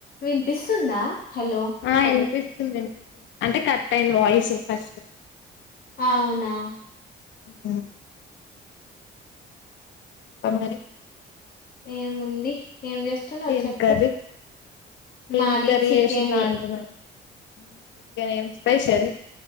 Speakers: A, on the left; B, on the left.
A: వినిపిస్తుందా హలో
B: ఆ ఇనిపిస్తుంది ఇనిపిస్తుంది అంటే కట్ అయినా వాయిస్ ఫస్ట్
A: అవునా
B: ఉ తొగరి
A: ఏముంది ఏం చేస్తున్నావ్
B: ఏం
A: చెప్పు
B: కర్రీ
A: మాది
B: ఏం కర్రీ
A: చికెన్
B: చేసిందా అంటున్నారు ఉ చికెన్ ఏం స్పెషల్